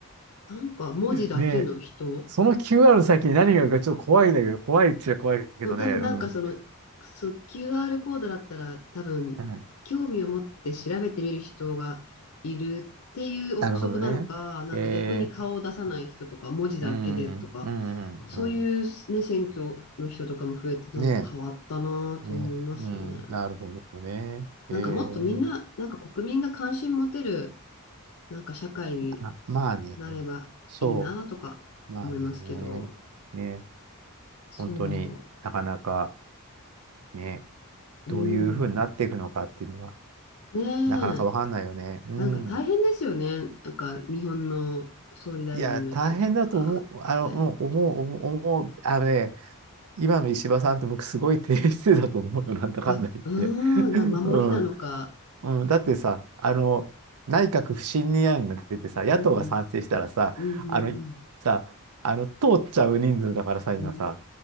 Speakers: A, on the left (about 70°); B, on the right (about 80°).
A: なんか文字だけの人
B: ね、その QR の先に何があるかちょっと怖いんだけど、怖いっちゃ怖いけどね、
A: そう、多分なんかその、
B: うん。う
A: そう QR コードだったら多分興味を持って調べてみる人がいるっていう憶測なのか、
B: ん、なるほどね。
A: なんか逆に顔を出さない人とか、
B: えー、
A: 文字だけでとか、
B: うん、うん、うん、
A: そういうね、
B: うん。
A: 選挙の人とかも増えてなんか変わったなぁと思いますよね。
B: ねえ、ねえ、うん、なるほどね。えー、
A: なんかもっとみんな、なんか国民が関心持てる、なんか社会に
B: あ、まあね、
A: なればいいなぁとか思いますけど、
B: そう、まあね、ね、
A: そ
B: 本当になかなかね、
A: う、
B: どういうふうになっていくのかっていうのは、
A: うん。ね
B: なかなかわかんないよね。
A: え。
B: うん。
A: なんか大変ですよね。なんか日本の総理大臣の人とかって。
B: いや、大変だと思う、あの、うん思う、思う、思う、あのね、今の石破さんって僕すごい低姿勢だと思うよ、なんだかんだ言って。
A: あ、あ
B: <laughs>
A: ーなんか守りなのか。
B: うん。うん、だってさ、あの、内閣不信任案が出てさ、野党が賛成したらさ、
A: うんうん。うんうん
B: あの、さ、あの、通っちゃう人数だからさ、今さ、
A: うん。